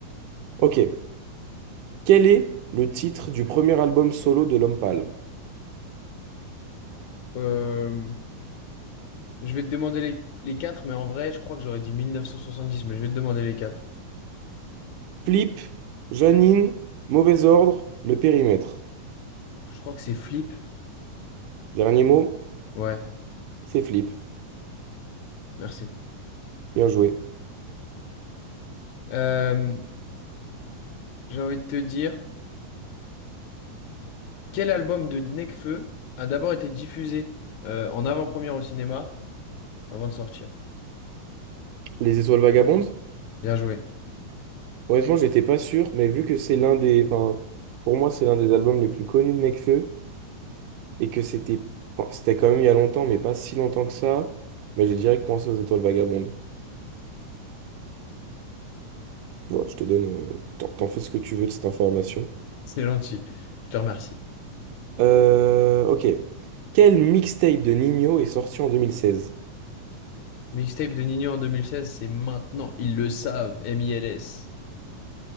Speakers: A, on the right; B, on the left.
A: Ok. Quel est le titre du premier album solo de L'Homme Pâle?
B: Euh, Je vais te demander les, les quatre, mais en vrai, je crois que j'aurais dit 1970, mais je vais te demander les quatre.
A: Flip, Janine, Mauvais Ordre, Le Périmètre.
B: Je crois que c'est Flip.
A: Dernier mot,
B: Ouais,
A: c'est Flip.
B: merci.
A: Bien joué.
B: Euh, j'ai envie de te dire, quel album de Nekfeu a d'abord été diffusé euh, en avant-première au cinéma avant de sortir?
A: Les Étoiles Vagabondes?
B: Bien joué,
A: Honnêtement, j'étais pas sûr, mais vu que c'est l'un des, enfin, pour moi, c'est l'un des albums les plus connus de Nekfeu et que c'était, enfin, c'était quand même il y a longtemps, mais pas si longtemps que ça, bah, j'ai direct pensé aux Étoiles Vagabondes. Voilà, je te donne, euh, t'en t'en fais ce que tu veux de cette information.
B: c'est gentil. Je te remercie.
A: Euh, ok. Quel mixtape de Nino est sorti en 2016?
B: Mixtape de Nino en 2016, c'est maintenant, ils le savent, M.I.L.S.